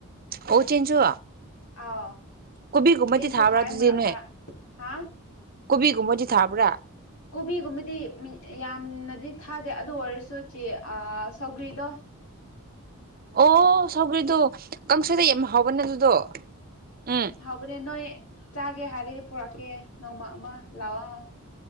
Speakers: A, on the right; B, on the left.
A: ꯑꯣ ꯆꯦꯟꯖꯨ
B: ꯑꯥꯎ
A: ꯀꯣꯕꯤꯒꯨꯝꯕꯗꯤ
B: ꯆꯦꯟꯁꯨ
A: ꯊꯥꯕ꯭ꯔꯥ
B: ꯊꯥꯏ
A: ꯑꯗꯨꯗꯤ
B: ꯃꯔꯛ
A: ꯅꯣꯏ
B: ꯃꯔꯛ ꯍꯥ
A: ꯀꯣꯕꯤꯒꯨꯝꯕꯗꯤ ꯊꯥꯕ꯭ꯔꯥ
B: ꯀꯣꯕꯤꯒꯨꯝꯕꯗꯤ ꯌꯥꯝꯅꯗꯤ ꯊꯥꯗꯦ ꯑꯗꯨ ꯑꯣꯏꯔꯁꯨ ꯆꯦ ꯑꯥ ꯁꯧꯒ꯭ꯔꯤꯗꯣ
A: ꯑꯣ ꯁꯥꯎꯒ꯭ꯔꯤꯗꯣ ꯀꯥꯡꯁꯣꯏꯗ ꯌꯥꯝ ꯍꯥꯎꯕꯅꯦ ꯑꯗꯨꯗꯣ ꯎꯝ
B: ꯍꯣꯔꯦꯜ ꯅꯣꯏ ꯆꯥꯒꯦ ꯍꯥꯏꯔꯗꯤ ꯄꯨꯔꯛꯀꯦ ꯅꯣꯡꯃ ꯑꯃ ꯂꯥꯛꯑꯣ